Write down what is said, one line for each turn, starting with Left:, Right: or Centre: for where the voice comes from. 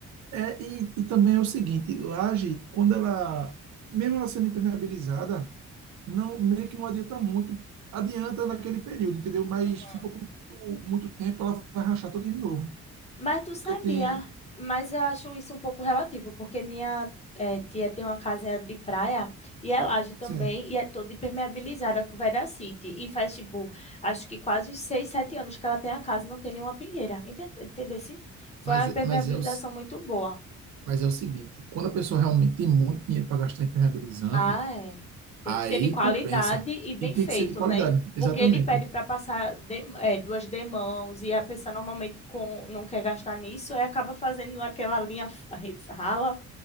Right: é, e, e também é o seguinte, laje, quando ela, mesmo ela sendo impermeabilizada, não, meio que não adianta muito, adianta naquele período, entendeu? Mas
Left: Uhum.
Right: se for por muito, muito tempo, ela vai rachar toda de novo,
Left: Mas tu
Right: porque
Left: sabia,
Right: tem...
Left: mas eu acho isso um pouco relativo, porque minha eh, tia tem uma casa de praia e é laje também,
Right: Sim.
Left: e é toda impermeabilizada com veracity. E faz, tipo, acho que quase uns 6, 7 anos que ela tem a casa, não tem nenhuma pingueira. Enten- Entendesse? Foi
Right: Mas,
Left: uma impermeabilização
Right: mas é o,
Left: muito boa.
Right: Mas é o seguinte, quando a pessoa realmente tem muito dinheiro para gastar em impermeabilizante,
Left: Ah, é. Tem
Right: aí
Left: que ser de qualidade
Right: compensa.
Left: e bem
Right: E tem
Left: feito,
Right: que ser de qualidade,
Left: né?
Right: exatamente.
Left: Porque ele pede para passar de- eh, duas demãos e a pessoa normalmente com, não quer gastar nisso, aí acaba fazendo aquela linha fa- <laughs> rala